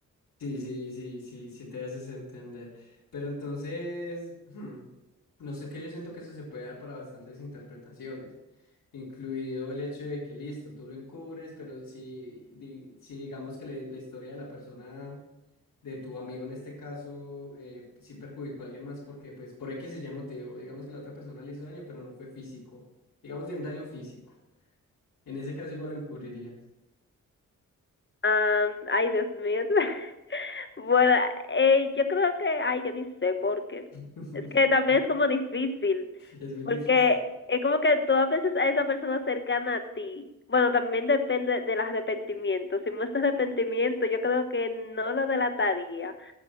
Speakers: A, on the left; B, on the left.
A: Sí, sí, sí, sí, sí te haces entender. Pero entonces, <laughs> hmm, no sé que yo siento que eso se puede dar para bastantes interpretaciones, incluido el hecho de que listo, tú lo encubres, pero si, di- si digamos que le- la historia de la persona, de tu amigo en este caso, eh, sí perjudicó a alguien más porque pues por X se Y motivo, digamos que la otra persona le hizo daño, pero no fue físico, digamos de un daño físico. En ese caso igual lo encubrirías.
B: Um, ay, Dios mío. <laughs> bueno, eh, yo creo que, ay, yo ni sé por qué.
A: <laughs>
B: Es que también es como difícil,
A: Es muy
B: porque
A: difícil.
B: es como que tú a veces a esa persona cercana a ti. Bueno, también depende del arrepentimiento. Si muestra arrepentimiento, yo creo que no lo delataría.